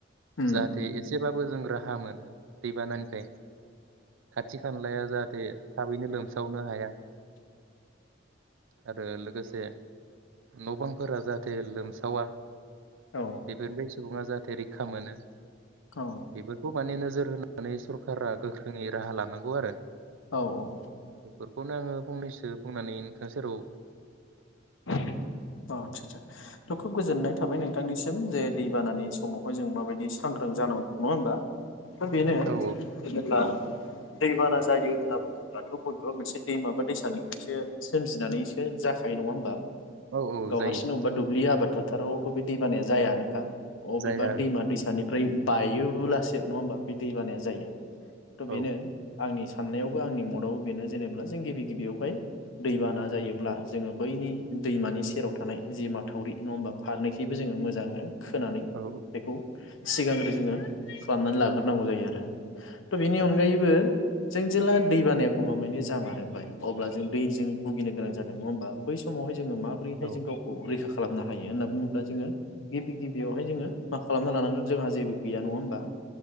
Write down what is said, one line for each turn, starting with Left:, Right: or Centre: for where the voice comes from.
Left: उम
Right: जाहाथे एसेबाब बोजों राहा मोनो। दैबानानिफ्राय खाथि खानलाया जाहाथे थाबैनो लोमसावनो हाया आरो लोगोसे न'बांफोरा जाहाथे लोमसावा
Left: औ
Right: बेफोर मेन सुबुङा जा बे रैखा मोनो।
Left: औ
Right: बेफोरखौ माने नोज जोर होनानै सरकारा गोख्रोङै राहा लानांगौ आरो
Left: औ औ
Right: बेफोरखौनो आङो फंनैसो बुंनानैन थांसै र'
Left: औ आचसा आचसा ओ खुब गोजोननाय थाबाय नोंथांनिसिम जे दैबानानि समावहाय जों माबायदि सांग्रां जानांगौ नङा होमबा? स नो
Right: औ
Left: <unintelligible> दैबाना जायो होनना बुङोब्लाथ' बबेबा मोनसे दै माबा दैसानिफ्रायसो सोमजिनानैसो जाखायो नङा होनबा? बा
Right: औ औ
Left: गावहारसिं
Right: जायो
Left: अबेबा दुब्लि आबादफोर टारावथ' बे दैबानाया जायानोखा अबेबा
Right: जाया
Left: दैमा दैसानि ओरै बायोब्लासो नङा होमबा बे दै बानाया। जायो थ बेनो
Right: ओहो औ
Left: आंनि साननायावबो आंनि मदावबो बेनो जेनेा जों गिबि गिबियावहाय दैबाना जायोब्ला, जोङो बैनि दैमानि सेराव थानाय जे माथावि नङा होमबा? फारनै गबो जोङो मोजांनो खोनानै
Right: औ
Left: बेखौ सिगांग्रो <unintelligible> जोङो खालामनानै लाग्रोनांगौ जायो आरो। थ' बिनि
Right: औ
Left: अनगायैबो जों जेला दै बानाया गमामायानि जामारोबाय अब्ला जों दैजों भुगिनो गोनां जादों नङा होमबा? बै सम समहाय <unintelligible> जोङो माबोरैहाय
Right: औ
Left: जों गावखौ रैखा खालाम खालामनो हायो होनना बुङोब्ला जोङो गिबि गिबियावहाय जोङो मा खालामना लानांगोन? जोंहा जेबो गैया नङा होनोमबा?